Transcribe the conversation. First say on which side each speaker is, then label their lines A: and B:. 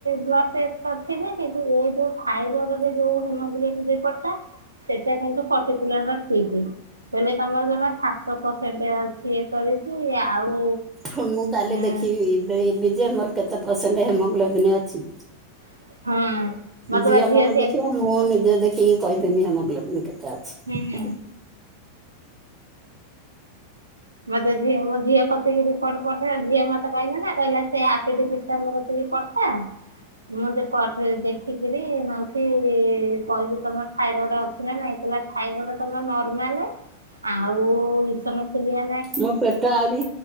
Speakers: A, on the right; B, on the right.
A: ବ୍ଲଡ଼୍ ଟେଷ୍ଟ କରିଥିବେ। କିନ୍ତୁ ଏ ଯେଉଁ ଥାଇରଏଡ଼ରେ ଯେଉଁ ହେମୋଗ୍ଲୋବିନ ରିପୋର୍ଟଟା ସେଟା କିନ୍ତୁ ପାର୍ଟିକୁଲାର ଠିକ। କଇିଲେ ତମର ଜମା ସାତ ପରସେଣ୍ଟ ଅଛି ଇ କରିଛି ଆଉ
B: ହ ମୁଁ କାଲି
A: ହୁଁ
B: ଦେଖିଦେବି ଯେ ମୋର କେତେ ପରସେଣ୍ଟ ହେମୋଗ୍ଲୋବନ୍ ଅଛି।
A: ହଁ। ମତେ
B: ଝିଅ
A: ବା
B: କଣ
A: ସେଇଆ
B: ଦେଖିବ
A: ହୁଁ
B: ମୁଁ ନିଜେ ଦେଖିକି କହିଦିମି ହିମୋଗ୍ଲୋବିନ କେତେ ଅଛି।
A: ହୁଁ ମତେ ଝିଅ ମୋ ଝିଅ କତିକି ରିପୋର୍ଟ ପଠେଇ ଝିଅ ମତେ କହିଲେ ନା କହିଲା <unintelligible> ପଠା ମୁଁ ଦେ ପଠେ ତ ଦେଖିକିରି ମାଉସୀ କହିବି ତମର ଥାଇରଏଡ ଅଛି ନା ନାଇଁ। ଥାଇରଡ଼ ତମ ନର୍ମାଲ ଆଉ ଇସନଫୁଲିଆ
B: ମୋ ପେଟ ଆହୁରି